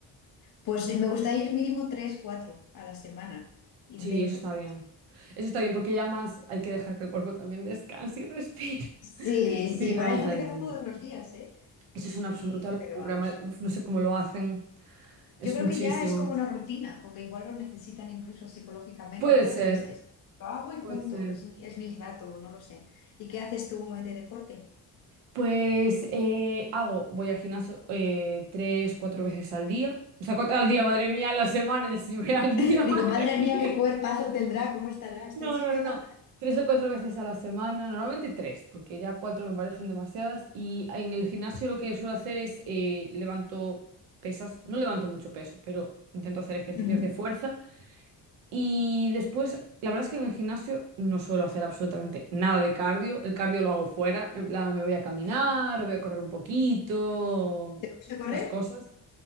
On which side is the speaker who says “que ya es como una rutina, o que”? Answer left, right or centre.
Left